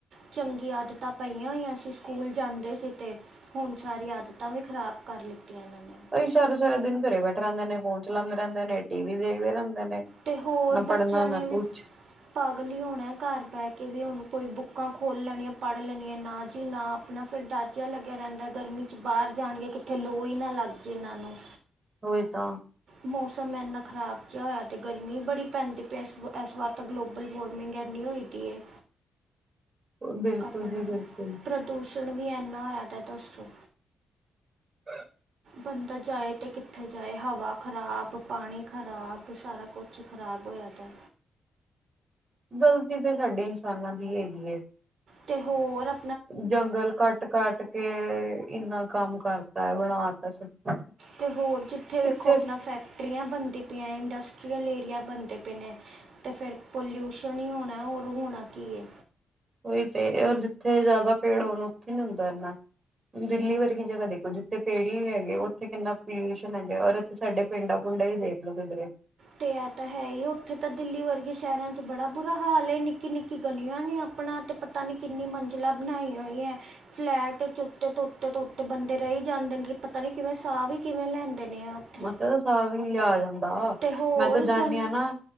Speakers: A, on the right; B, on the right.
A: ਚੰਗੀ ਆਦਤਾਂ ਪਈਆਂ ਹੋਈਆਂ ਸੀ ਸਕੂਲ ਜਾਂਦੇ ਸੀ ਤੇ। ਹੁਨ ਸਾਰੀ ਆਦਤਾਂ ਵੀ ਖਰਾਬ ਕਰ ਲਿੱਤੀਆਂ ਏਨਾਂ ਨੇ।
B: ਓਈ ਸਾਰਾ ਸਾਰਾ ਦਿਨ ਘਰੇ ਬੈਠੇ ਰੇਂਦੇ ਨੇ, ਫੋਨ ਚਲਾਂਦੇ ਰੇਂਦੇ ਨੇ, ਟੀ ਵੀ ਦੇਖਦੇ ਰੇਂਦੇ ਨੇ।
A: ਤੇ ਹੋਰ
B: ਨਾ
A: ਬੱਚੇਆਂ
B: ਪੜ੍ਹਨਾ ਨਾ
A: ਨੇ ਵੀ
B: ਕੁਛ
A: ਪਾਗਲ ਈ ਹੋਣਾ ਏ ਘਰ ਬੇ ਕੇ। ਵੀ ਹੁਣ ਕੋਈ ਬੁੱਕਾਂ ਖੋਲ ਲੈਣੀਆਂ ਪੜ ਲੈਣੀਆਂ ਨਾ ਜੀ ਨਾ। ਅਪਣਾ ਫੇਰ ਡਰ ਜੇਆ ਲੱਗੇਆ ਰੇਂਦਾ ਗਰਮੀ ਚ ਬਾਰ ਜਾਣਗੇ ਕਿੱਥੇ ਲੂ ਈ ਨਾ ਲੱਗਜੇ ਏਨਾਂ ਨੂੰ।
B: ਓਈ ਤਾਂ।
A: ਮੌਸਮ ਐਨਾ ਖਰਾਬ ਜਾ ਹੋਏਆ ਤੇ ਗਰਮੀ ਬੜੀ ਪੈਂਦੀ ਪੀ ਐਸ ਐਸ ਵਾਰ ਐਸ ਵਾਰ ਤਾਂ ਗਲੋਬਲ ਵਾਰਮਿੰਗ ਐੰਨੀ ਹੋਈ ਟੀਏ
B: ਬਿਲਕੁਲ
A: ਅਪਣਾ
B: ਜੀ ਬਿਲਕੁਲ
A: ਪ੍ਰਦੂਸ਼ਣ ਵੀ ਐਨਾ ਹੋਏਆ ਦਾ ਦੱਸੋ।
B: <unintelligible>
A: ਬੰਦਾ ਜਾਏ ਤੇ ਕਿੱਥੇ ਜਾਏ? ਹਵਾ ਖਰਾਬ ਪਾਣੀ ਖਰਾਬ ਸਾਰਾ ਕੁਛ ਖਰਾਬ ਹੋਏਆ ਦਾ।
B: ਗਲਤੀ ਤੇ ਸਾਡੀ ਇਨਸਾਨਾਂ ਦੀ ਈ ਹੈਗੀ ਏ।
A: ਤੇ ਹੋਰ।
B: ਜੰਗਲ ਕੱਟ ਕੱਟ ਕੇ ਇੰਨਾ ਕੰਮ ਕਰਤਾ ਐ। ਬਣਾ ਤਾ ਸਬ ਕੁਛ।
A: ਤੇ ਹੋਰ ਜਿੱਥੇ
B: ਕਿੱਥੇ
A: ਵੇਖੋ ਅਪਣਾ ਫੈਕ ਟਰੀਆਂ ਬਨਦੀ ਪੀ ਐਂ, ਇਂਡਸਟਰੀਯਲ ਏਰੀਆ ਬਨਦੇ ਪੇ ਨੇ ਤੇ ਫੇਰ ਪੋਲਿਊਸ਼ਨ ਈ ਹੋਣਾ ਹੋਰ ਹੋਣਾ ਕੀ ਏ?
B: ਓਈ ਤੇ, ਔਰ ਜਿੱਥੇ ਜਾਦਾ ਪੇੜ ਹੋਨ ਓਥੇ ਨੀ ਹੁੰਦਾ ਇਨਾ। ਦਿੱਲੀ ਵਰਗੀ ਜਗਾ ਦੇਖੋ ਜਿੱਥੇ ਪੇੜ ਈ ਨੀ ਹੈਗੇ ਓਥੇ ਕਿੰਨਾ ਪੋਲਿਊਸ਼ਨ ਹੈਗਾ ਔਰ ਸਾਡੇ ਪਿੰਡਾਂ ਪੁੰਡਾਂ ਇ ਦੇਖਲੋ ਕਿੱਧਰੇ।
A: ਤੇ ਐ ਤਾ ਹੈ ਈ। ਓਥੇ ਤਾਂ ਦਿੱਲੀ ਵਰਗੇ ਸੈ਼ਰਾਂ ਚ ਬੜਾ ਬੁਰਾ ਹਾਲ ਏ। ਨਿੱਕੀ ਨਿੱਕੀ ਗਲੀਆਂ ਨੇ ਅਪਣਾ ਤੇ ਪਤਾ ਨੀ ਕਿੰਨੀ ਮੰਜਿਲਾਂ ਬਨਾਈ ਹੋਈਆਂ ਐਂ। ਫਲੈਟ ਉੱਤੋਂ ਉੱਤੋਂ ਉੱਤੋਂ ਬੰਦੇ ਰਈ ਜਾਂਦੇ ਨੇ ਪਤਾ ਨੀ ਕਿਵੇਂ ਸਾ ਵੀ ਕਿਵੇਂ ਲੈਂਦੇ ਨੇ ਆ। ਉੱਥੇ
B: ਮਤਲਬ ਸਾ ਵੀ ਨੀ ਲੇਆ ਜਾਂਦਾ
A: ਤੇ ਹੋਰ
B: ਮੈਂ ਤਾਂ
A: ਜਨ
B: ਜਾਨੀ ਆ ਨਾ।